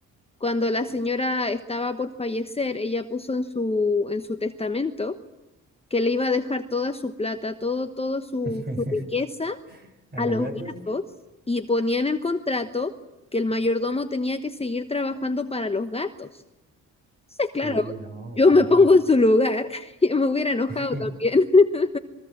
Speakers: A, on the left; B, on the right.
A: cuando la señora estaba por fallecer, ella puso en su, en su testamento que le iba a dejar toda su plata, todo, todo su,
B: <laughs>
A: su riqueza
B: ¿A
A: a
B: los
A: los
B: gatos?
A: gatos y ponía en el contrato que el mayordomo tenía que seguir trabajando para los gatos. Entonces,
B: Sí,
A: claro,
B: no,
A: yo
B: claro.
A: me pongo en su lugar <laughs> y me hubiera enojado
B: <laughs>
A: también. <laughs>